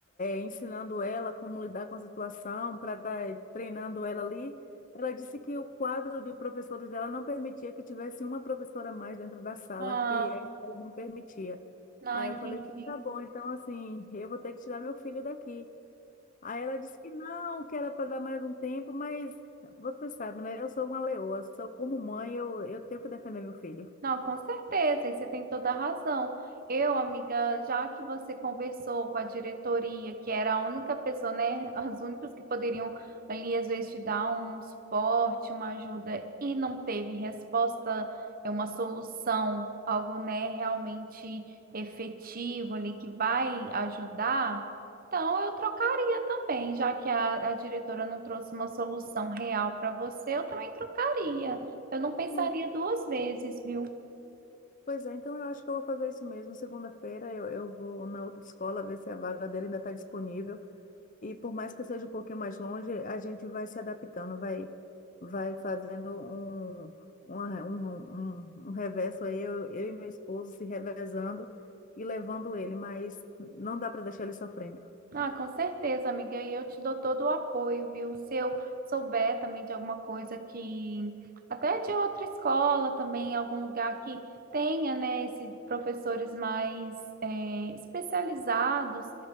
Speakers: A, on the left; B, on the right.
A: ensinando ela como lidar com a situação, para estar treinando ela ali. Ela disse que o quadro de professores dela não permitia que tivesse uma professora a mais dentro da sala,
B: Ah,
A: que a escola não permitia.
B: não
A: Aí
B: entendi.
A: eu falei, tá bom, então assim, eu vou ter que tirar meu filho daqui. Aí ela disse que não, que era para dar mais um tempo, mas você sabe, né? Eu sou uma leoa, só como mãe eu, eu tenho que defender meu filho.
B: Não, com certeza, e você tem toda a razão. Eu, amiga, já que você conversou com a diretoria, que era a única pessoa, né, as únicas que poderiam ali às vezes te dar um suporte, uma ajuda e não teve resposta, é uma solução, algo, né, realmente efetivo ali que vai ajudar. Então, eu trocaria também, já que a, a diretora não trouxe uma solução real para você, eu também trocaria. Eu não pensaria
A: É,
B: duas vezes, viu?
A: pois é, então eu acho que eu vou fazer isso mesmo. Segunda-feira eu, eu vou na outra escola ver se a vaga dele ainda está disponível. E por mais que seja um pouquinho mais longe, a gente vai se adaptando, vai, vai fazendo um, uma- um, um, um reverso aí, eu, eu e meu esposo se revezando e levando ele, mas não dá para deixar ele sofrendo.
B: Ah, com certeza, amiga, e eu te dou todo o apoio, viu? Se eu souber também de alguma coisa que, até de outra escola também, algum lugar que tenha, né, esses professores mais eh, especializados